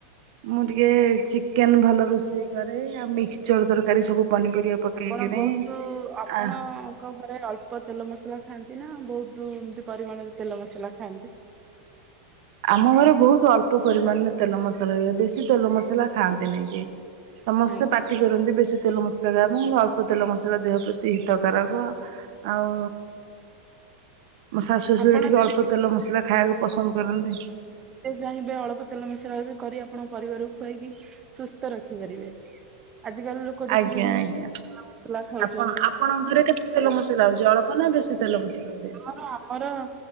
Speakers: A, on the right (about 55°); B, on the right (about 15°).
A: ମୁଁ ଟିକେ ଚିକେନ ଭଲ ରୋଷେଇ କ ରେ ମିକ୍ସଚର ତରକାରୀ ସବୁ ପନିପରିବା ପକେଇକିରି
B: ଆପଣ ବହୁତ ଆପଣ
A: ଆ
B: ତାଙ୍କ ଘରେ ଅଳ୍ପ ତେଲ ମସଲା ଖାଆନ୍ତି ନା ବହୁତ ଏମିତି ପରିମାଣରେ ତେଲ ମସଲା ଖାଆନ୍ତି।
A: ଆମ ଘରେ ବହୁତ ଅଳ୍ପ ପରିମାଣରେ ତେଲ ମସଲା ହୁଏ ବେଶୀ ତେଲ ମସଲା ଖାଆନ୍ତି ନାଇ କି। ସମସ୍ତେ
B: ଆଜ୍ଞା
A: ପାଟି କରନ୍ତି ବେଶୀ ତେଲ ମସ୍ ଏବଂ ଅଳ୍ପ ତେଲ ମସଲା ଦେହ ପ୍ରତି ହିତକାରକ ଆଉ। ମୋ ଶାଶୁ ଶ୍ଶୁର
B: ଆପଣ
A: ଟିକେ
B: ଯଦି
A: ଅଳ୍ପ ତେଲ ମସଲା ଖାଇବାକୁ ପସନ୍ଦ କରନ୍ତି।
B: ଯାଇଁବେ ଅଳପ ତେଲ ମିଶ୍ରା ଏବେ କରି ଆପଣଙ୍କ ପରିବାରକୁ ଖୁଆଇକି ସୁସ୍ଥ ରଖିପାରିବେ ଆଜିକାଲି ଲୋକ ଦେଖୁଛନ୍ତି
A: ଆଜ୍ଞା ଆଜ୍ଞା।
B: ନା ତେଲ ମସଲା ଖାଉଛନ୍ତି
A: ଆପଣ ଆପଣଙ୍କ ଘରେ କେତେ ତେଲ ମସଲା ହଉଛି ଅଳ୍ପ ନା ବେଶୀ ତେଲ ମସଲା ହୁଏ।
B: ହଁ ଆମର